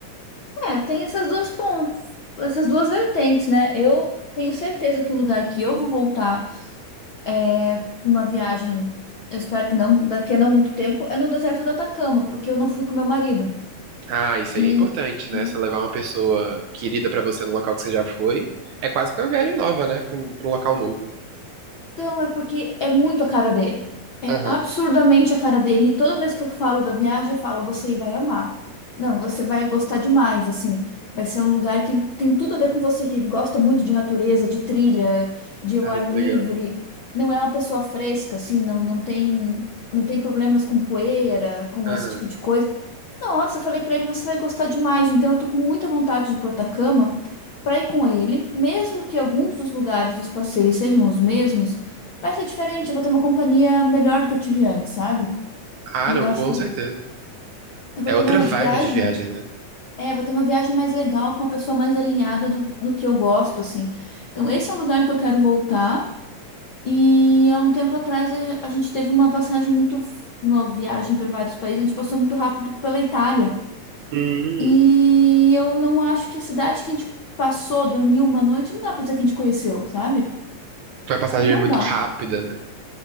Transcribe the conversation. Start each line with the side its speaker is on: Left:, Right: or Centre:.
Left: É, tem essas duas pontas, essas duas vertentes, né? Eu tenho certeza que o lugar que eu vou voltar é uma viagem, eu espero que não, daqui a não muito tempo, é no deserto do Atacama, porque eu não fui com meu marido.
Right: Ah, isso
Left: E,
Right: aí é importante, né?
Left: e
Right: Você levar uma pessoa querida pra você no local que você já foi, é quase que uma viagem nova, né? Pra um, pra um local novo.
Left: Então, é porque é muito a cara dele. É
Right: Aham.
Left: absurdamente a cara dele. E Toda vez que eu falo da viagem, eu falo, você vai amar. Não, você vai gostar demais, assim. Vai ser um lugar que tem tudo a ver com você, que ele gosta muito de natureza, de trilha, de ao
Right: Ai,
Left: ar
Right: que
Left: livre.
Right: legal.
Left: Não é uma pessoa fresca, assim, não, não tem, não tem problemas com poeira, com
Right: Aham.
Left: esse tipo de coisa. Nossa, eu falei pra ele, você vai gostar demais. Então, eu tô com muita vontade de ir pro Atacama pra ir com ele, mesmo que alguns dos lugares dos passeios sejam os mesmos, vai ser diferente. Eu vou ter uma companhia melhor do que eu tive antes, sabe?
Right: Ah,
Left: E
Right: não,
Left: eu acho
Right: com
Left: que eu
Right: certeza.
Left: vou, eu vou
Right: É
Left: ter
Right: outra
Left: uma
Right: vibe
Left: viagem.
Right: de viagem, né?
Left: É, eu vou ter uma viagem mais legal com uma pessoa mais alinhada do, do que eu gosto, assim. Então, esse é um lugar que eu quero voltar. E há um tempo atrás eh, a gente teve uma passagem muito. f- Uma viagem para vários países, a gente passou muito rápido pela Itália.
Right: Hum.
Left: E eu não acho que a cidade que a gente passou, dormiu uma noite, não dá pra dizer que a gente conheceu, sabe?
Right: Foi uma passagem
Left: Não
Right: muito
Left: dá.
Right: rápida, né?